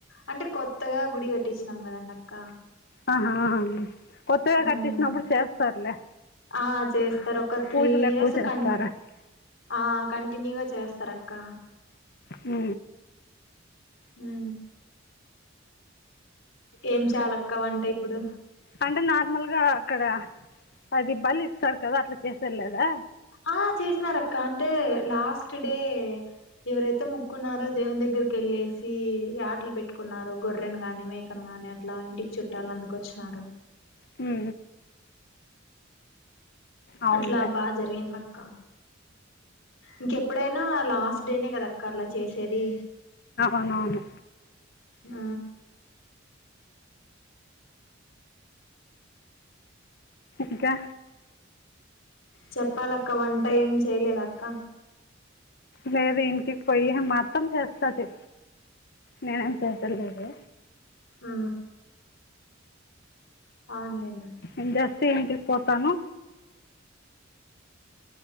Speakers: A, on the left; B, on the left.
A: అంటే కొత్తగా గుడి కట్టించినం కదండి అక్క
B: ఆహాహా కొత్తగా కట్టిసినప్పుడు
A: ఉమ్
B: చేస్తారులే
A: ఆ చేస్తరు ఒక త్రీ
B: పూజలు
A: ఇయర్స్
B: ఎక్కువ చేస్తారు
A: కన్ ఆ కంటిన్యూగా చేస్తారు అక్క
B: ఉ
A: హు ఏం చేయాలక్క వంట ఇప్పుడు
B: అంటే నార్మల్గా అక్కడ పది బలి ఇస్తారూ కదా అట్లా చేసేలేరా
A: ఆ చేసినారక్క అంటే లాస్ట్ డే ఎవరైతే మొక్కున్నారో దేవుని దగ్గర కెళ్ళేసి యాటలు పెట్టుకున్నారు గొర్రెని కాని మేకను గాని అట్లా ఇంటికి చుట్టాలు అందుకు వచ్చిన్నారు
B: హు అవునులే
A: అట్లా బాగా జరిగింది అక్క ఇంకెప్పుడైనా లాస్ట్ డేనే కదా అక్క అట్లా చేసేది
B: అవునవును
A: హు
B: ఇంకా
A: చెప్పాలక్క వంట ఏంచేయలేదా అక్క
B: లేదు ఇంటికి పోయి మాఅత్తమ్మ చేస్తది నేనేం చేసలేదు
A: ఆ అవునులేం
B: నేన్ జస్ట ఇంటి కి పోతాను